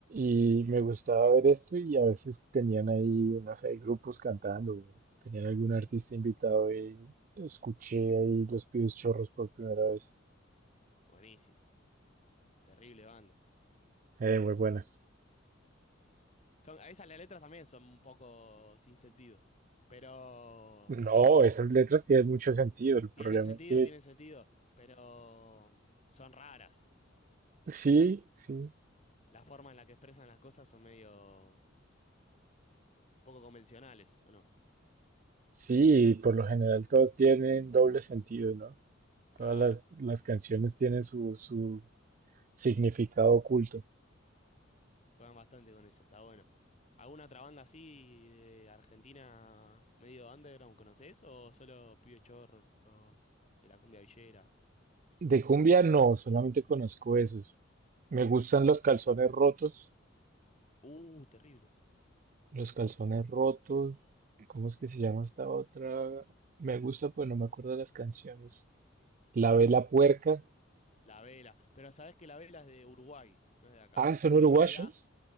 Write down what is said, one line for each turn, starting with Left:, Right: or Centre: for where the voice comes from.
Right: Y me gustaba ver esto y a veces tenían ahí, no sé, grupos cantando, o tenían algún artista invitado y escuché ahí los pibes chorros por primera vez.
Left: buenísimo, terrible banda.
Right: Eh, muy buena.
Left: Son, a veces las letras también son un poco sin sentido, pero
Right: No, esas letras tienen mucho sentido. El problema
Left: tienen sentido,
Right: es que
Left: tienen sentido, pero son raras.
Right: sí, sí,
Left: La forma en la que expresan las cosas son medio poco convencionales, ¿o no?
Right: sí, por lo general todas tienen doble sentido, ¿no?
Left: Claro,
Right: Todas las, las canciones tienen su, su significado oculto.
Left: juegan bastante con eso, está bueno. ¿Alguna otra banda así de Argentina medio underground conocés o solo Pío Chorro de la cumbia villera?
Right: De cumbia no, solamente conozco esos. Me gustan los calzones rotos,
Left: Uh, terrible.
Right: los calzones rotos, ¿cómo es que se llama esta otra? Me gusta, pero no me acuerdo de las canciones. La vela puerca.
Left: La Vela, pero sabés que La Vela es de Uruguay, no es de acá.
Right: Ah, son uruguayos.
Left: En realidad